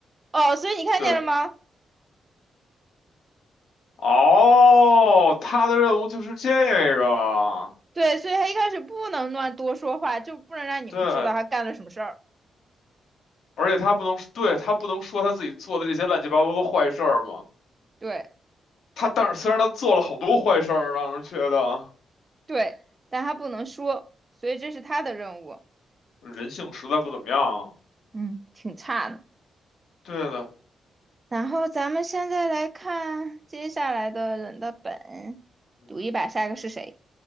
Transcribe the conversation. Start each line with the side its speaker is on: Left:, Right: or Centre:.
Right: 哦，所以你看见了吗？
Left: 对，哦，他的任务就是这个，
Right: 对，所以他一开始不能乱多说话，就不能让你们知道他干了什么事儿。
Left: 对，而且他不能，对，他不能说他自己做的这些乱七八糟的坏事儿嘛，
Right: 对
Left: 他但是虽然他做了好多坏事儿，让人觉得
Right: 对，但他不能说，所以这是他的任务。
Left: 人性实在不怎么样，
Right: 嗯，挺差的。
Left: 对的。
Right: 然后咱们现在来看接下来的人的本，
Left: 嗯
Right: 赌一把下一个是谁？